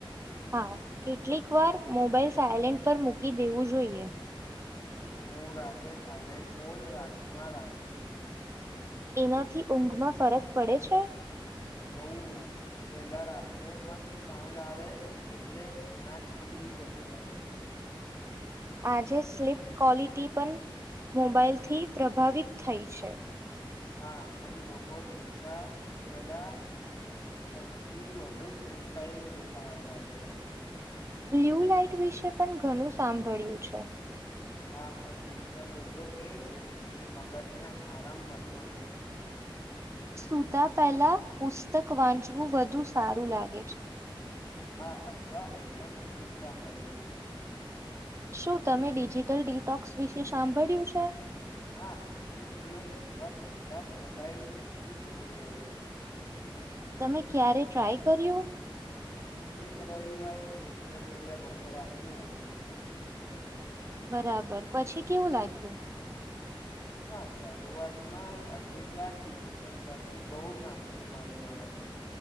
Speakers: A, on the right; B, on the left.
A: હા કેટલીક વાર મોબાઈલ સાયલેન્ટ પર મૂકી દેવું જોઈએ
B: હું રાતે સાયલેન્ટ મોડમાં રાખું છું
A: એનાથી ઊંઘમાં ફરક પડે છે
B: બઉ પેલા રાત્રે પણ સાઉન્ડ આવે એટલે આંખ ખુલી જતી હતી
A: આજે સ્લીપ ક્વોલિટી પણ મોબાાઈલથી પ્રભાવિત થઈ છે
B: હા પણ લોકો સુતા પેલા સૌથી વધુ સ્ક્રીન ટાઈમ જોતા હોય છે
A: બ્લ્યુ લાાઈટ વિશે પણ ઘણું સાંભળ્યું છે
B: હા પણ મુખ્ય મુદ્દો એ છે કે મગજને આરામ મળતો ન
A: સુૂતા પહેલા પુસ્તક વાંચવું વધુ સારું લાગે છે
B: હા અથવા હલકા મિશિક સાંભળવું
A: શું તમે ડિજિટલ ડિટોક્સ વિશે સાંભળ્યું છે
B: હા એક દિવસ અથવા કેટલાક મોબાઈલથી દૂર રહેું
A: તમે ક્યારે ટ્રાય કર્યું
B: એ રવિવાર સોશિયલ મીડિયા બંધ રાખું હતું
A: બરાબર પછી કેવું લાગ્યું
B: હા શરૂઆતમાં અજીબ લાગ્યું પણ પછી બહુ શાંતિ મળી મને તો